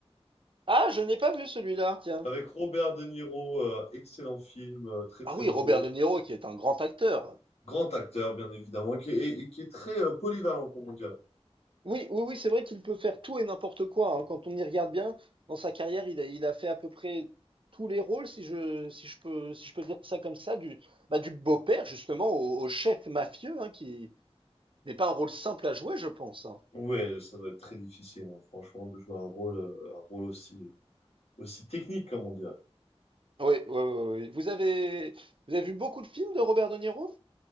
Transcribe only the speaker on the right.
Ah, je n'ai pas vu celui-là, tiens.
Ah oui,
Robert De Niro, qui est un grand acteur.
Oui, oui, oui, c'est vrai qu'il peut faire tout et n'importe quoi. hein. Quand on y regarde bien, dans sa carrière, il a, il a fait à peu près tous les rôles, si je, si je peux, si je peux dire ça comme ça, du, bah, du beau-père justement au, au chef mafieux, hein, qui n'est pas un rôle simple à jouer, je pense. hein.
Oui, oui, oui, oui. Vous avez, vous avez vu beaucoup de films de Robert De Niro?